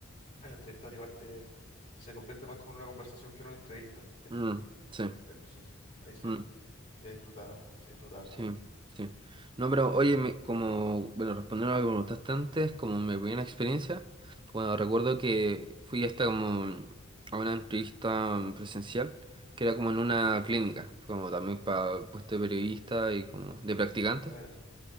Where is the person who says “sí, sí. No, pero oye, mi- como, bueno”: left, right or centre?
Right